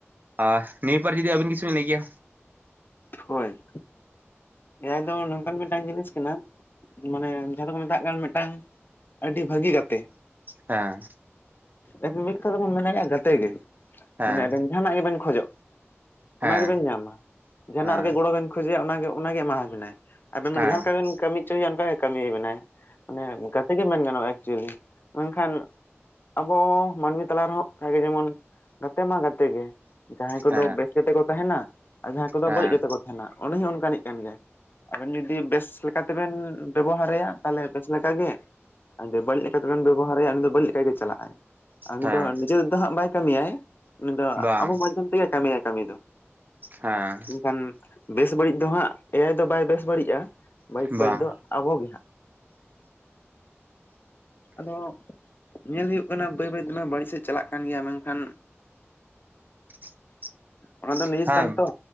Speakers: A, on the right (about 40°); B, on the left (about 45°).
A: ᱟ ᱱᱤᱭᱟ ᱯᱟᱼᱼ ᱡᱩᱫᱤ ᱟᱹᱵᱤᱱ ᱠᱤᱪᱷᱩ ᱵᱤᱱ ᱞᱟᱹᱭ ᱠᱮᱭᱟ᱾
B: ᱯᱷᱚᱭ ᱮ ᱟᱭ ᱫᱚ ᱱᱚᱝᱠᱟᱱ ᱢᱤᱫᱴᱟᱝ ᱡᱤᱱᱤᱥ ᱠᱟᱱᱟ᱾ ᱢᱟᱱᱮ ᱡᱟᱦᱟᱸ ᱫᱚᱠᱚ ᱢᱮᱛᱟᱜ ᱠᱟᱱ ᱢᱤᱫᱴᱟᱝ ᱟᱹᱰᱤ ᱵᱷᱟᱹᱜᱤ ᱜᱟᱛᱮ᱾
A: ᱦᱮᱸ
B: ᱮᱠ ᱢᱤᱫ ᱛᱮ ᱫᱚᱵᱚᱱ ᱢᱮᱛᱟᱜ ᱜᱟᱛᱮ ᱜᱮ
A: ᱦᱮᱸ
B: ᱢᱟᱱᱮ ᱟᱵᱮᱱ ᱡᱟᱦᱟᱸᱱᱟᱜ ᱜᱮᱵᱮᱱ ᱠᱷᱚᱡᱚᱜ
A: ᱦᱮᱸ
B: ᱚᱱᱟ ᱜᱮᱵᱮᱱ ᱧᱟᱢᱟ ᱡᱟᱦᱟᱸᱱᱟᱜ
A: ᱦᱮᱸ
B: ᱨᱮᱜᱮ ᱜᱚᱲᱚ ᱵᱮᱱ ᱠᱷᱚᱡᱮᱭᱟ ᱚᱱᱟᱜᱮ ᱚᱱᱟᱜᱮ ᱮᱢᱟᱣᱟᱵᱤᱱᱟᱭ᱾ ᱟᱵᱮᱱ ᱢᱟᱱᱮ
A: ᱦᱮᱸ
B: ᱡᱟᱦᱟᱸ ᱞᱮᱠᱟ ᱵᱮᱱ ᱠᱟᱹᱢᱤ ᱦᱚᱪᱚᱭᱮᱭᱟ ᱚᱱᱠᱟ ᱜᱮ ᱠᱟᱹᱢᱤ ᱟᱵᱤᱱᱟᱭ᱾ ᱢᱟᱱᱮ ᱜᱟᱛᱮ ᱜᱮ ᱢᱮᱱ ᱜᱟᱱᱚᱜᱼᱟ ᱮᱠᱪᱩᱭᱮᱞᱤ᱾ ᱢᱮᱱᱠᱷᱟᱱ ᱟᱵᱚ ᱢᱟᱹᱱᱢᱤ ᱛᱟᱞᱟ ᱨᱮᱦᱚᱸ ᱚᱱᱠᱟᱜᱮ ᱡᱮᱢᱚᱱ ᱜᱟᱛᱮ ᱢᱟ ᱜᱟᱛᱮ ᱜᱮ ᱡᱟᱦᱟᱸᱭ ᱠᱚᱫᱚ
A: ᱦᱮᱸ
B: ᱵᱮᱥ ᱜᱟᱛᱮ ᱠᱚ ᱛᱟᱦᱮᱱᱟ ᱟᱨ ᱡᱟᱦᱟᱸᱭ ᱠᱚᱫᱚ
A: ᱦᱮᱸ ᱦᱮᱸ
B: ᱵᱟᱹᱲᱤᱡ ᱜᱟᱛᱮ ᱠᱚ ᱛᱟᱦᱮᱱᱟ᱾ ᱩᱱᱤ ᱦᱚᱸ ᱚᱱᱠᱟᱱᱤᱡ ᱠᱟᱱ ᱜᱮᱭᱟ ᱟᱵᱮᱱ ᱡᱩᱫᱤ ᱵᱮᱥ ᱞᱮᱠᱟᱛᱮᱵᱮᱱ ᱵᱮᱵᱚᱦᱟᱨᱮᱭᱟ᱾ ᱛᱟᱞᱦᱮ ᱵᱮᱥ ᱞᱮᱠᱟ ᱜᱮ, ᱟᱫᱚ ᱵᱟᱹᱲᱤᱡ ᱞᱮᱠᱟᱛᱮᱵᱮᱱ ᱵᱮᱵᱚᱦᱟᱨᱮᱭᱟ ᱩᱱᱤ ᱫᱚ ᱵᱟᱹᱲᱤᱡ ᱞᱮᱠᱟᱜᱮ ᱪᱟᱞᱟᱜᱼᱟᱭ ᱟᱨ ᱩᱱᱤ
A: ᱦᱮᱸ
B: ᱫᱚ ᱱᱤᱡᱮ ᱫᱚ ᱦᱟᱸᱜ ᱵᱟᱭ ᱠᱟᱹᱢᱤᱭᱟᱭ ᱩᱱᱤ ᱫᱚ
A: ᱵᱟᱝ
B: ᱟᱵᱚ ᱢᱟᱫᱽᱫᱷᱚᱢ ᱛᱮᱜᱮ ᱠᱟᱹᱢᱤᱭᱟᱭ ᱠᱟᱹᱢᱤ ᱫᱚ
A: ᱦᱮᱸ
B: ᱮᱱᱠᱷᱟᱱ ᱵᱮᱥ ᱵᱟᱹᱲᱤᱡ ᱫᱚ ᱦᱟᱸᱜ ᱮ ᱟᱭ ᱫᱚ ᱵᱟᱭ ᱵᱮᱥ ᱵᱟᱹᱲᱤᱡᱼᱟ ᱾ ᱵᱟᱹᱲᱤᱡ, ᱵᱟᱹᱲᱤᱡ
A: ᱵᱟᱝ
B: ᱫᱚ ᱟᱵᱚ ᱜᱮ ᱦᱟᱸᱜ᱾ ᱟᱫᱚ ᱧᱮᱞ ᱦᱩᱭᱩᱜ ᱠᱟᱱᱟ ᱵᱟᱹᱭ, ᱵᱟᱹᱭ ᱵᱟᱹᱲᱤᱡ ᱥᱮᱫ ᱪᱟᱞᱟᱜ ᱠᱟᱱ ᱜᱮᱭᱟ᱾ ᱢᱮᱱᱠᱷᱟᱱ
A: <inaudible>
B: ᱚᱱᱟ ᱫᱚ ᱱᱤᱡ
A: ᱦᱮᱸ
B: ᱠᱟᱱ ᱛᱚ,